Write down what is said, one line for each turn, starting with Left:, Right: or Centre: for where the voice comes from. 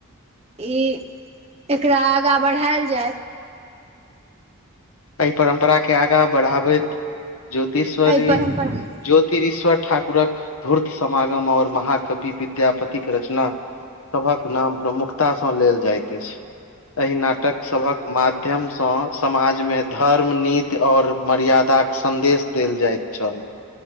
Right: ई एकरा आगाँ बढ़ायल जाय
Left: एहि परम्परा के आगा बढ़ाबैत ज्योतिश्वरी
Right: एहि परम्पर
Left: ई ज्योतिरश्वर ठाकुरक धूर्त समागम और महाकवि विद्यापत के रचना सभक नाम प्रमुखताँ लेल जाइत अछि। एहि नाटक सभक माध्यमसँ समाज मे धर्म नीति और मर्यादाक के सदेश देल जाइत छल।